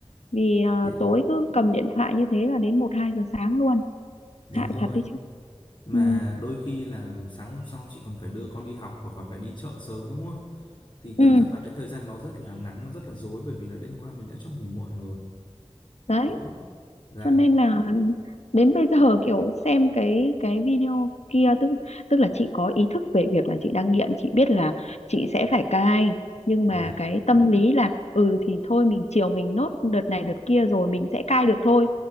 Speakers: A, on the left; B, on the left.
A: vì ờ,
B: Thì-
A: tối cứ cầm điện thoại như thế là đến một hai giờ sáng luôn
B: đúng
A: hại
B: rồi
A: thật đấy chứ
B: mà
A: ừ.
B: đôi khi là sáng hôm sau chị còn phải đưa con đi học hoặc là phải đi chợ sớm đúng không thì
A: ừ
B: cảm giác là cái thời gian nó rất là ngắn nó rất là rối bởi vì là đêm qua mình đã cho ngủ muộn rồi
A: đấy
B: đó dạ
A: cho nên là đến bây giờ kiểu xem cái cái video kia tức tức là chị có ý thức về việc là chị đang nghiện chị biết là chị sẽ phải cai nhưng
B: dạ
A: mà cái tâm lý là ừ thì thôi mình chiều mình nốt đợt này đợt kia rồi mình sẽ cai được thôi